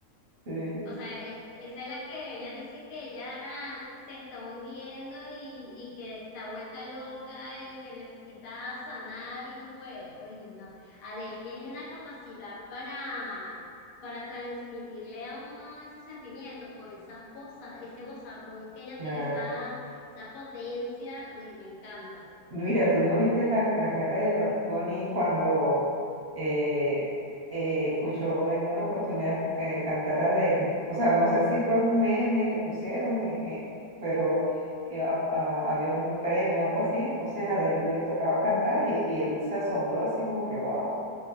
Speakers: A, on the right; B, on the left.
A: sí,
B: O sea, es- esa es la que ella dice que ella se está hundiendo y, y que está vuelta loca y que necesita sanar y no puede. Oye, no. Adele tiene una capacidad para, para transmitirle a uno esos sentimientos con esa voz, ese vozarrón que ella
A: claro.
B: tiene, esa, esa potencia. Uy, me encanta.
A: Mira, tú no viste la, la cara de Bad Bunny cuando eh, eh, escuchó en una oportunidad escu- eh, cantar a Adele. O sea, no sé si fue un meme que pusieron, eh, eh, pero eh, a- a- había un premio, algo así, entonces a Adele le tocaba cantar y, y él se asombró así como que, wow,